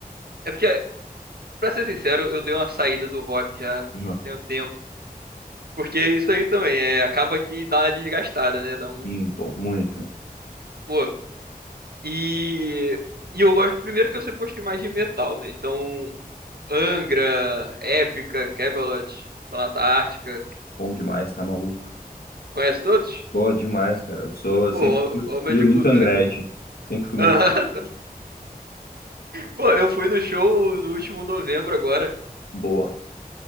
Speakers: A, on the right; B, on the left.
A: É porque, pra ser sincero, eu dei uma saída do rock já
B: Uhum.
A: tem um tempo. Porque isso aí também, é, acaba que dá uma desgastada, né? Dá um...
B: Sim, pô, muito.
A: Pô, E, e eu gosto, primeiro que eu sempre gostei mais de metal, né? Então, Angra, Épica, Camelot, Sonata Ártica,
B: Bom demais, tá maluco.
A: conhece todos?
B: Boa demais, cara. Eu sou, eu
A: Pô,
B: sempre
A: hom-
B: fui
A: homem
B: fui
A: de
B: muito
A: cultura.
B: Angrete. Sempre fui muito
A: Aham. <laughs> Pô, eu fui no show no último novembro agora,
B: boa.